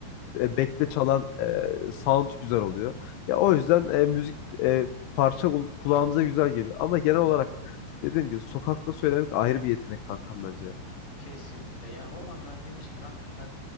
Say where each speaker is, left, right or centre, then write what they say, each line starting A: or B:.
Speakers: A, on the left; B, on the left.
A: e, bekle çalan e, sound güzel oluyor. Ya o yüzden e, müzik e, parça kul- kulağımıza güzel geliyor. Ama genel olarak dediğim gibi sokakta söylemek ayrı bir yetenek kankam bence.
B: Kesinlikle. Ya romanlar demişken hakikaten